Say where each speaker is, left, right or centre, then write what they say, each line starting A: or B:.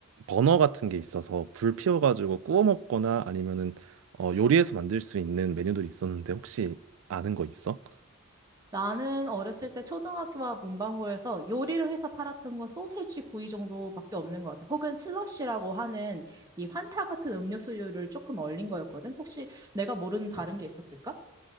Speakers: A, on the right; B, on the right.
A: 버너 같은 게 있어서 불 피워가지고 구워 먹거나 아니면은 어 요리해서 만들 수 있는 메뉴들이 있었는데 혹시 아는 거 있어?
B: 나는 어렸을 때 초등학교와 문방구에서 요리를 해서 팔았던 건 소세지 구이 정도밖에 없는 것 같아. 혹은 슬러시라고 하는 이 환타 같은 음료수를 조금 얼린 거였거든. 혹시 내가 모르는 다른 게 있었을까?